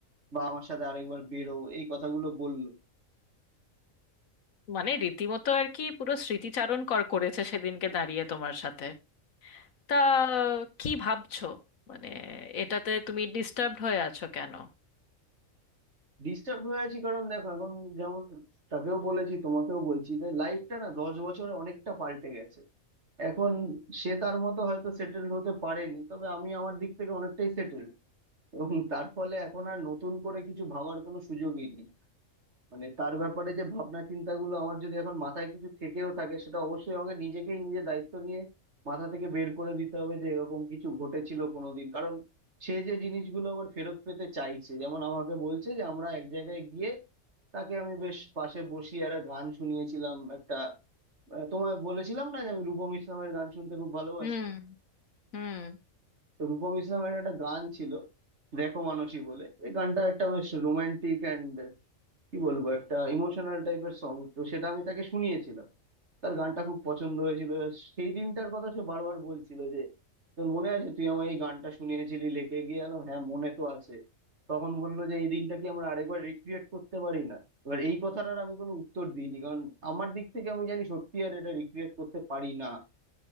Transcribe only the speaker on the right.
বা আমার সাথে আরেকবার বেরো এই কথাগুলো বললো
ডিস্টার্ব হয়ে আছি কারণ দেখো এখন যেমন তাকেও বলেছি তোমাকেও বলছি যে লাইফটা না দশ বছরে অনেকটা পাল্টে গেছে এখন সে তার মতো হয়তো সেটেলড হতে পারেনি তবে আমি আমার দিক থেকে অনেকটাই সেটেলড এবং তার ফলে এখন আর নতুন করে কিছু ভাবার কোনো সুযোগই নেই মানে তার ব্যাপারে যে ভাবনা চিন্তাগুলো আমার যদি এখন মাথায় কিছু থেকেও থাকে সেটা অবশ্যই আমাকে নিজেকেই নিজে দায়িত্ব নিয়ে মাথা থেকে বের করে দিতে হবে যে এরকম কিছু ঘটেছিল কোনোদিন কারণ সে যে জিনিসগুলো আবার ফেরত পেতে চাইছে যেমন আমাকে বলছে যে আমরা এক জায়গায় গিয়ে তাকে আমি বেশ পাশে বসিয়ে একটা গান শুনিয়েছিলাম একটা আহ, তোমায় বলেছিলাম না যে আমি রূপম ইসলামের গান শুনতে খুব ভালোবাসি
তো রূপম ইসলামের একটা গান ছিল দেখো মানসী বলে এই গানটা একটা বেশ রোমান্টিক কি বলবো একটা ইমোশনাল টাইপের সং তো সেটা আমি তাকে শুনিয়েছিলাম তার গানটা খুব পছন্দ হয়েছিল সেই দিনটার কথা সে বারবার বলছিল যে তোর মনে আছে তুই আমার এই গানটা শুনিয়েছিলি লেকে গিয়ে এলাম হ্যাঁ মনে তো আছে তখন বললো যে এই দিনটা কি আমরা আরেকবার রিক্রিয়েট করতে পারি না এবার এই কথাটার আমি কোনো উত্তর দিইনি কারণ আমার দিক থেকে আমি জানি সত্যি আর এটা রিক্রিয়েট করতে পারি না